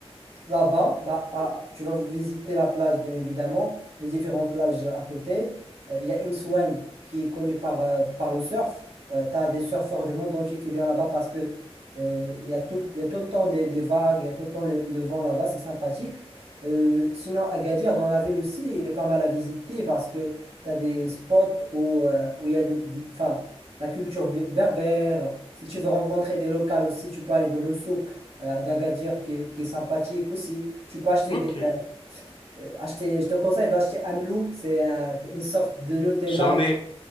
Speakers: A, on the right; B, on the left.
A: là-bas, bah, bah, tu vas visiter la plage, bien évidemment, les différentes plages à côté. Euh, Il y a Imsouane qui est connu par, euh, par le surf. tu as des surfeurs du monde entier qui viennent là-bas parce que euh, il y a tout, le- il y a tout le temps des, des vagues, il y a tout le temps le, le vent là-bas, c'est sympathique. Euh, sinon, Agadir, dans la ville aussi, il est pas mal à visiter parce que tu as des spots où, euh, où il y a de- de- enfin, la culture bé- berbère. Si tu veux rencontrer des locales aussi, tu peux aller dans le souk euh, d'Agadir qui, est qui est sympathique aussi. Tu peux acheter
B: Ok.
A: des. euh, euh, acheter, je te conseille d'acheter Amlou, c'est euh, c'est une sorte de Nutella.
B: J'en
A: mar-
B: ai.